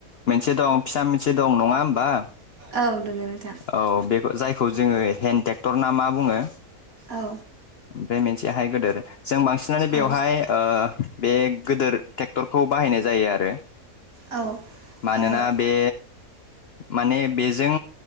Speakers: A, on the left; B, on the right.
A: मोनसे दं फिसा मोनसे दं नङा होमबा?
B: औ दोङो नोंथां।
A: औ जायखौ बेखौ जोङो हेन्द ट्रेक्टर ना मा बुङो।
B: औ।
A: ओमफ्राय मोनसेहाय गोदोर जों बांसिनानो बेवहाय
B: औ
A: ओ बे गोदोर ट्रेक्टरखौ बाहायनाय जायो आरो
B: औ ओ
A: मानोना
B: औ
A: बे माने बेजों